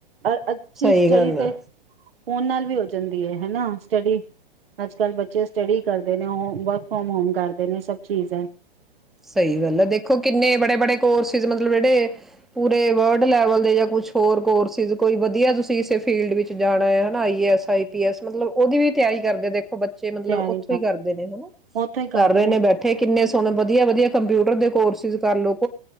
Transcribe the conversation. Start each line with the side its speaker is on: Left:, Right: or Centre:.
Right: ਅ-ਅੱਛੀ
Centre: ਸਹੀ
Right: ਸਟੱਡੀ
Centre: ਗੱਲ ਆ
Right: ਤੇ ਫੋਨ ਨਾਲ ਵੀ ਹੋ ਜਾਂਦੀ ਹੈ ਹਨਾ ਸਟੱਡੀ ਅੱਜ ਕੱਲ੍ਹ ਬੱਚੇ ਸਟੱਡੀ ਕਰਦੇ ਨੇ ਹੋਰ ਵਰਕ ਫਰੋਮ ਹੋਮ ਕਰਦੇ ਨੇ ਸਭ ਰਿਜਨ
Centre: ਸਹੀ ਗੱਲ ਹੈ, ਦੇਖੋ ਕਿੰਨੇ ਬੜੇ-ਬੜੇ ਕੋਰਸਿਸ ਮਤਲਬ ਜਿਹੜੇ ਪੂਰੇ ਵਰਲਡ ਲੈਵਲ ਦੇ ਜਾਂ ਕੁਛ ਹੋਰ ਕੋਰਸਿਸ ਕੋਈ ਵਧੀਆ ਤੁਸੀਂ ਕਿਸੇ ਫੀਲਡ ਵਿੱਚ ਜਾਣਾ ਹੈ। ਆਈ A S, I P S, ਮਤਲਬ ਉਹਦੀ ਵੀ ਤਿਆਰੀ ਕਰਦੇ ਦੇਖੋ ਬੱਚੇ ਮਤਲਬ
Right: ਤਿਆਰੀ
Centre: ਉੱਥੋਂ ਹੀ ਕਰਦੇ ਨੇ ਹਨਾ
Right: ਉੱਥੋਂ ਹੀ ਕਰਦੇ
Centre: ਕਰ ਰਹੇ ਨੇ ਬੈਠੇ ਕਿੰਨੇ ਸੋਹਣੇ ਇਸਤੋਂ ਵਧੀਆ ਕੰਪਿਊਟਰ ਦੇ ਕੋਰਸਿਸ ਕਰ ਲੋਕ।